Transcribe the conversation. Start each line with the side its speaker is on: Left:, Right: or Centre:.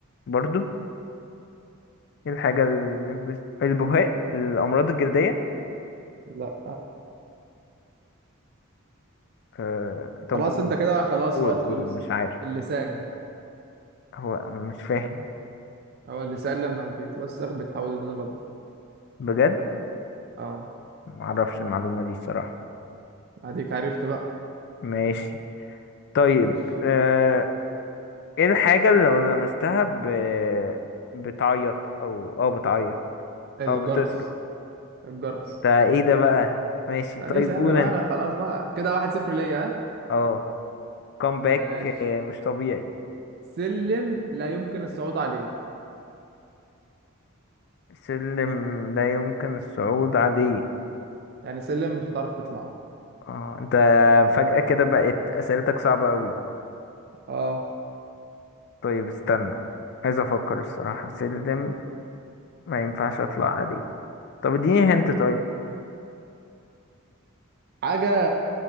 Left: برضو ايه الحاجة اللي بس... البهاق الامراض الجلدية
Right: لا
Left: آه... طب
Right: خلاص
Left: قول
Right: انت كده خلاص
Left: قول
Right: الوقت خلص
Left: قول مش عارف
Right: اللسان
Left: هو مش فاهم
Right: هو اللسان لما بيتوسخ بيتحول للون الابيض
Left: بجد
Right: اه
Left: معرفش المعلومة دي الصراحة
Right: اديك عرفت بقى
Left: ماشي طيب
Right: ماشي
Left: آه، ايه الحاجة اللي لو لمستها ب... بتعيط او او بتعيط
Right: الجرس
Left: او بتصرخ
Right: الجرس
Left: انت ايه ده بقى ماشي
Right: لا
Left: طيب
Right: دي سهلة
Left: قول
Right: بقى
Left: انت
Right: لا خلاص بقى كده واحد صفر ليا ها
Left: اه كومباك
Right: ماشي
Left: مش طبيعي
Right: سلم لا يمكن الصعود عليه
Left: سلم لا يمكن الصعود عليه
Right: يعني سلم مش هتعرف تطلعه
Left: اه انت فجأة كده بقت اسئلتك صعبة قوي
Right: اه
Left: طيب استنى عايز افكر الصراحة سلم ما ينفعش اطلع عليه طب اديني هنت طيب
Right: حاجة